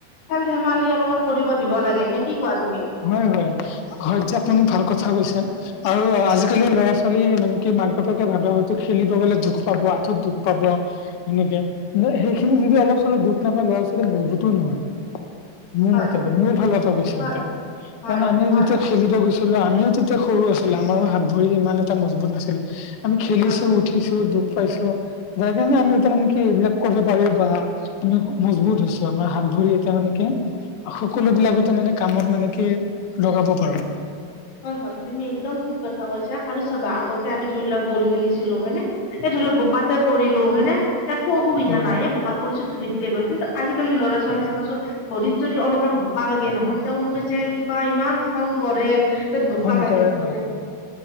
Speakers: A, on the left; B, on the left.
A: খেল ধেমালি অলপমান কৰিব দিব লাগে। নে কি কোৱা তুমি?
B: হয়, হয়, হয় দিয়া আপুনি ভাল কথা কৈছে। আৰু আজিকালি
A: হয়
B: ল'ৰা ছোৱালীয়ে মানে কি মাক বাপেকে ভাবে হয়তো খেলিব গ'লে দুখ পাব, আঁঠুত দুখ পাব সেনেকে, ন সেইখিনি যদি অলপ চলপ দুখ নাপায় ল'ৰা ছোৱালী মজবুতো নহয়। মোৰ
A: হয়
B: মতে কিন্তু, মোৰ ফালৰপা কৈছো
A: হয়
B: এতিয়া,
A: হয়
B: কাৰণ আমি
A: হয়
B: যেতিয়া খেলিব গৈছিলো, আমিও তেতিয়া সৰু আছিলো আমাৰো হাত ভৰি ইমান এটা মজবুত নাছিলে। আমি খেলিছো
A: হয়
B: উঠিছো দুখ পাইছো, যাৰ কাৰণে আমি কৰোঁ কি এইবিলাক কব পাৰি বা আমি মজবুত হৈছো, আমাৰ হাত ভৰি এতিয়া মানে কি সকলো
A: হয়
B: বিলাকতে মানে কামত মানে কি লগাব পাৰো।
A: হয়, হয় তুমি একদম ঠিক কথা কৈছা। আৰু চাবা আগতে আমি ধৰি লোৱা বল খেলিছিলো হয়নে? এই ধৰি লওঁক বোকাতে পৰিলো হয়নে একো অসুবিধা
B: হয়
A: নাই। এই বোকাত পৰিছে ধুই দিলে গ'ল। কিন্তু আজিকালি ল'ৰা ছোৱালী চাবচোন ভৰিত যদি অলপমান বোকা লাগে নহয়, তেওঁলোকে যেন কিবা ইমান খং কৰে। যে বোকা
B: শংকৰে
A: লাগিছে,
B: হয়